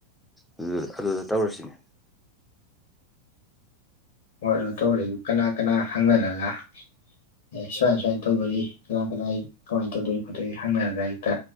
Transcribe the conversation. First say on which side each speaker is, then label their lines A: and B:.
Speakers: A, in the centre; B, on the left.
A: ꯑꯗꯨ ꯑꯗꯨꯗ ꯇꯧꯔꯁꯤꯅꯦ
B: ꯋꯥꯠ ꯑꯣꯏ ꯇꯧꯔꯖꯤ ꯀꯅꯥ ꯀꯅꯥ ꯍꯪꯅꯔꯒ ꯑꯦ ꯁꯨꯃꯥꯏꯟ ꯁꯨꯃꯥꯏꯟ ꯇꯧꯗꯣꯔꯤ ꯀꯅꯥ ꯀꯅꯥ ꯀꯃꯥꯏꯟ ꯇꯧꯗꯣꯔꯤ ꯈꯣꯠꯇꯣꯔꯤ ꯍꯪꯅꯔꯒ ꯍꯦꯛꯇ